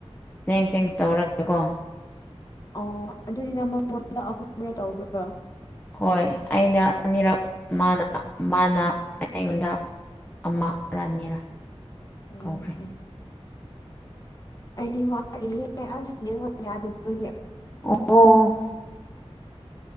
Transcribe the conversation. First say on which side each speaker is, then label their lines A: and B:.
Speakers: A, on the left; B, on the left.
A: ꯖꯦꯡ ꯁꯦꯡꯁ ꯇꯧꯔꯒꯀꯣ
B: ꯑꯣ ꯑꯗꯨꯗꯤ ꯅꯪ ꯃꯉꯣꯟꯗ ꯑꯍꯨꯝꯔ ꯇꯧꯕ꯭ꯔꯣ
A: ꯍꯣꯏ ꯑꯩꯅ ꯑꯅꯤꯔꯛ ꯃꯥꯅ ꯃꯥꯅ ꯑꯩꯉꯣꯟꯗ ꯑꯃ ꯔꯥ ꯑꯅꯤꯔꯥ
B: ꯑꯦ
A: ꯀꯥꯎꯈ꯭ꯔꯦ
B: ꯑꯩꯗꯤ ꯋꯥꯠꯂꯤꯍꯦ ꯑꯁ ꯅꯦꯠꯋꯥꯛ ꯌꯥꯗꯕꯒꯤ
A: ꯑꯣ